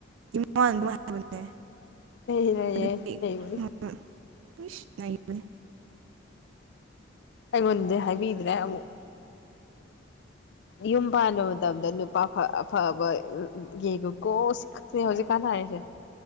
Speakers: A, on the right; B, on the left.
A: ꯏꯃꯥꯅꯥ ꯑꯗꯨꯃꯥꯢ ꯍꯥꯏꯕꯅꯦ
B: ꯂꯩꯅꯩꯌꯦ
A: ꯑꯗꯨꯗꯤ
B: ꯂꯩꯕꯒꯤ
A: ꯎꯝ ꯏꯁ ꯅꯩꯕꯅꯦ
B: ꯑꯩꯉꯣꯟꯗꯤ ꯍꯥꯏꯕꯤꯗ꯭ꯔꯦ ꯑꯃꯨꯛ ꯌꯨꯝ ꯄꯥꯟꯕ ꯃꯇꯝꯗ ꯑꯐꯕ ꯌꯦꯒꯨꯀꯣ ꯁꯤ ꯈꯛꯇꯅꯤ ꯍꯧꯖꯤꯛꯀꯥꯟꯗ ꯍꯥꯏꯔꯤꯁꯦ